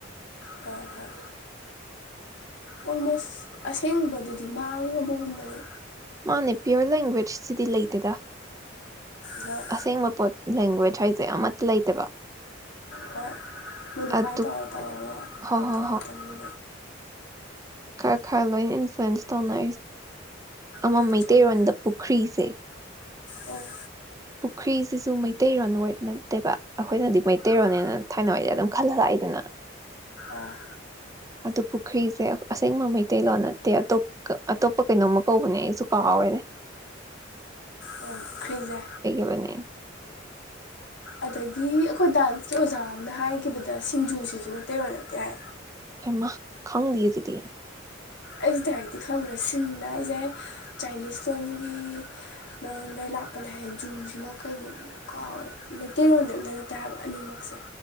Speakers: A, on the left; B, on the right.
A: ꯍꯣꯏ ꯍꯣꯏ ꯑꯣꯜꯃꯣꯁ ꯑꯁꯦꯡꯕꯗꯨꯗꯤ ꯗꯤꯃꯥꯡꯅꯕ ꯎꯟꯕꯅꯦ
B: ꯃꯥꯅꯦ ꯄꯤꯌꯣꯔ ꯂꯦꯡꯒ꯭ꯋꯦꯖꯁꯤꯗꯤ ꯂꯩꯇꯦꯗ
A: ꯍꯣꯏ
B: ꯑꯁꯦꯡ ꯃꯄꯣꯠ ꯂꯦꯡꯒꯦꯏꯁ ꯍꯥꯏꯁꯦ ꯑꯃꯠꯇ ꯂꯩꯇꯕ
A: ꯍꯣꯏ ꯃꯣꯗꯤꯐꯥꯏ
B: ꯑꯗꯨ
A: ꯇꯧꯔ ꯇꯧꯔꯒ
B: ꯍꯣ
A: ꯃꯇꯝ
B: ꯍꯣ
A: ꯃꯇꯝꯒꯤ
B: ꯀ ꯈꯂꯣꯏ ꯑꯣꯏꯅ ꯏꯟꯐ꯭ꯂꯟꯁ ꯇꯧꯅ ꯑꯃ
A: ꯍꯣꯏ
B: ꯃꯩꯇꯩꯔꯣꯟꯗ
A: ꯆꯨꯝꯃꯦ
B: ꯄꯨꯈ꯭ꯔꯤꯁꯦ
A: ꯑꯣ
B: ꯄꯨꯈ꯭ꯔꯤꯁꯤꯁꯨ ꯃꯩꯇꯩ ꯔꯣꯜ ꯅꯠꯇꯦꯕ ꯑꯩꯈꯣꯏꯅꯗꯤ ꯃꯩꯇꯩꯔꯣꯅꯦꯅ
A: ꯎꯝ
B: ꯊꯥꯏꯅꯅꯕꯩꯗ ꯑꯗꯨꯝ ꯈꯜꯂꯥꯛꯏꯗꯤ ꯏꯠꯇꯅ
A: ꯑꯥ
B: ꯑꯗꯨ ꯄꯨꯈ꯭ꯔꯤꯁꯦ ꯑꯁꯦꯡꯕ ꯃꯩꯇꯩꯂꯣꯟ ꯅꯠꯇꯦ ꯑꯇꯣꯞ ꯑꯇꯣꯞꯄ ꯀꯩꯅꯣꯝꯃ ꯀꯧꯕꯅꯦ ꯑꯩꯖꯨ ꯀꯥꯎꯔꯦ꯫
A: ꯑꯣ ꯐ꯭ꯔꯤꯖꯦ
B: ꯑꯃꯅꯤꯅꯤ
A: ꯑꯗꯒꯤ ꯑꯩꯈꯣꯏ ꯗꯥꯟꯁꯀꯤ ꯑꯣꯖꯥ ꯑ ꯑꯃꯅ ꯍꯥꯏꯈꯤꯕꯗ ꯁꯤꯡꯖꯨꯁꯤꯁꯨ ꯃꯩꯇꯩꯔꯣ ꯅꯠꯇꯦ ꯍꯥꯏ
B: ꯃꯥ ꯈꯪꯗ ꯑꯗꯨꯗꯤ
A: ꯑꯩꯁꯦ ꯗꯥꯏꯔꯦꯛꯇꯤ ꯈꯪꯗ꯭ꯔꯦ ꯁꯤꯟꯅ ꯍꯥꯏꯁꯦ ꯆꯥꯏꯅꯤꯁ ꯂꯣꯝꯒꯤ ꯃꯔꯣꯟꯗꯒꯤ ꯂꯥꯛꯄꯅꯦ ꯍꯥꯏ ꯖꯨꯁꯤꯅ ꯀꯩꯅꯣ ꯀꯥꯎꯔꯦ ꯃꯩꯇꯩꯔꯣꯟꯗ ꯑꯝꯇ ꯅꯠꯇꯥꯏ ꯍꯥꯏꯕ ꯑꯅꯤꯃꯛꯁꯦ